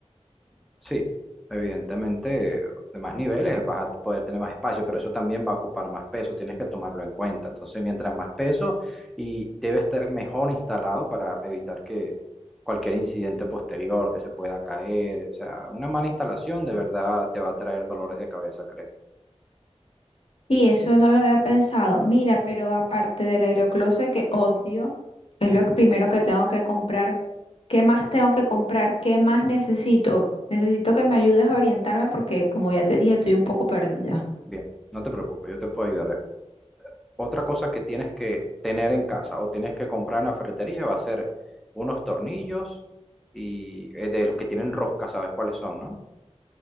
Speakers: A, in the centre; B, on the left.
A: Sí, evidentemente, de más niveles vas a poder tener más espacio, pero eso también va a ocupar más peso, tienes que tomarlo en cuenta. Entonces, mientras más peso y debe estar mejor instalado para evitar que cualquier incidente posterior que se pueda caer, o sea, una mala instalación de verdad te va a traer dolores de cabeza, créeme.
B: Y eso no lo había pensado. Mira, pero aparte del aerocloset, que obvio, es lo primero que tengo que comprar. ¿Qué más tengo que comprar? ¿Qué más necesito? Necesito que me ayudes a orientarme porque, como ya te dije, estoy un poco perdida.
A: Bien, no te preocupes, yo te puedo ayudar. Otra cosa que tienes que tener en casa o tienes que comprar en la ferretería va a ser unos tornillos y eh, de los que tienen rosca, ¿sabes cuáles son, no?